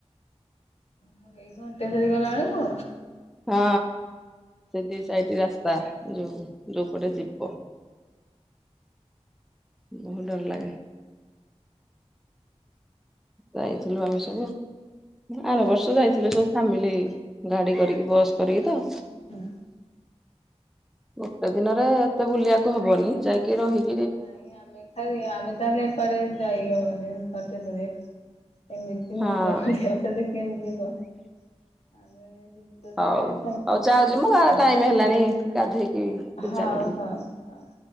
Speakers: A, on the left; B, in the centre.
A: ହଁ ଏଇ ଘଣ୍ଟେ ସରିଗଲେ ଆଣିବୁ?
B: ହଁ ସେ ଦି ସାଇଟ୍ ରାସ୍ତା ଯୋଉ ଯୋଉ ପଟେ ଯିବ। ବହୁତ ଡର ଲାଗେ। ଯାଇଥିଲୁ ଆମେ ସବୁ। ଆର ବର୍ଷ ଯାଇଥିଲୁ ସବୁ ଫ୍ୟାମିଲି ଗାଡି କରିକି ବସ୍ କରିକି ତ।
A: ହୁଁ ହୁଁ।
B: ଗୋଟେ ଦିନରେ ଏତେ ବୁଲିବାକୁ ହବନି ଯାଇକି ରହି
A: ନାଇଁ ଆମେ ଖାଲି ଆମେ ତାହେଲେ ପରେ ଯାଇ ହବନି ପାଞ୍ଚେଟାରେ ଏମିତି
B: ହଁ
A: ମୁଣ୍ଡ ଖାଲି ଆଉ ସେଠି କେମିତି ଯିବ ଆଉ ଏନ୍ତି ଯୋଉ ସେଇଠି
B: ହଉ
A: ଖାଲି
B: ହଉ ଯାଉଛି ମୁଁ ଟାଇମ
A: ଆ <inaudible>
B: ହେଲାଣି ଗାଧେଇକି ପୂଜା
A: ହଉ
B: କରିବି।
A: ହଉ ହଉ।